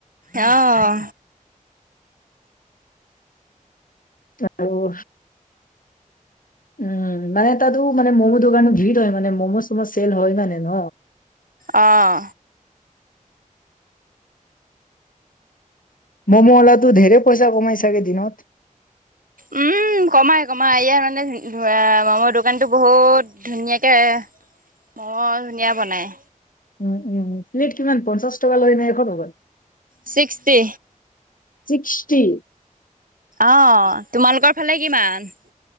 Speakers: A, on the right; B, on the left.
A: আহ।
B: আৰু উম মানে তাতো মানে ম'ম দোকানো ভিৰ হয়, মানে ম'ম' চোম চেল হয় মানে ন।
A: অহ
B: মম অলা তো ধেৰে পইচা কমাই ছাগে দিনত?
A: উম কমাই কমাই ইয়াত মানে মমৰ দোকানতো বহুত ধুনীয়াকেই মম ধুনীয়া বনায়।
B: উম উম, প্লেট কিমান পঞ্চাশ টকা লৈ নাই এখ টকা?
A: চিছটি।
B: ছিক্সটি।
A: অহ, তোমালোকৰ ফালে কিমান?